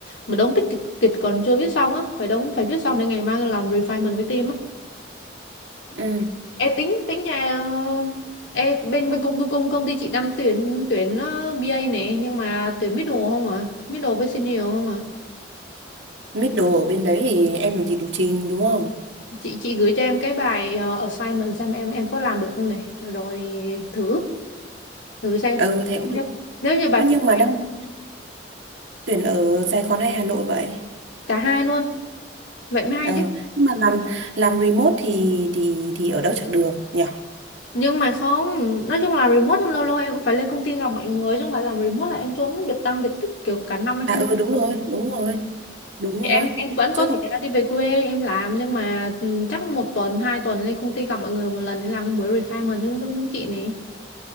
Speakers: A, on the left; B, on the right.
A: mà đống tích kịch, kịch còn chưa viết xong á phải đống phải viết xong để ngày mai làm refinement với team á
B: Ừ.
A: Ê, tính tính nhà Ê, bên bên công công công ty chị đang tuyển tuyển ờ, bê A này nhưng mà tuyển middle không à? Middle với senior không à?
B: Mít đồ ở bên đấy thì em làm gì đủ trình đúng không?
A: Chị chị gửi cho em cái bài ờ, assignment xem em em có làm được không này, rồi thử thử xem.
B: Ừ thế cũng
A: Nếu nếu như bài
B: à nhưng
A: phụ
B: mà
A: bài
B: đang tuyển ở Sài Gòn hay Hà Nội vậy?
A: cả hai luôn, vậy mới hay
B: Ờ,
A: chứ.
B: nhưng mà làm làm remote thì thì thì ở đâu chẳng được nhỉ?
A: Nhưng mà không, nói chung là remote nhưng lâu lâu em cũng phải lên công ty gặp mọi người chứ không phải làm remote là em trốn biệt tăm biệt tích kiểu cả năm em
B: À
A: không
B: ừ
A: lên.
B: đúng rồi, đúng rồi, đúng
A: em
B: rồi.
A: em vẫn
B: Chứ
A: có thể
B: không
A: là đi về quê em làm nhưng mà ừ, chắc một tuần hai tuần lên công ty gặp mọi người một lần để làm cái buổi refinement đúng đúng đúng chị này